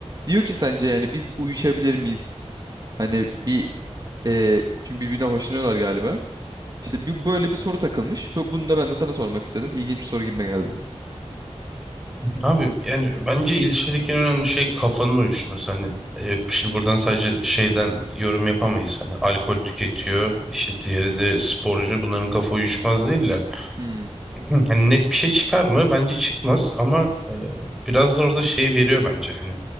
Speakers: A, on the right (about 35°); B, in the centre.
A: Diyor ki sence yani biz uyuşabilir miyiz? Hani bir e, çünkü birbirine hoşlanıyorlar galiba. İşte bir, böyle bir soru takılmış ve bunu da ben de sana sormak istedim. İlginç bir soru gibime geldi.
B: Abi yani bence ilişkideki en önemli şey kafanın uyuşması. Hani e, şimdi buradan sadece şeyden yorum yapamayız. Hani alkol tüketiyor, işte diğeri de sporcu. Bunların kafa uyuşmaz değil de.
A: Hmm,
B: <clears throat> Hani net bir şey çıkar mı? Bence çıkmaz ama e, biraz da orada şey veriyor bence. Hani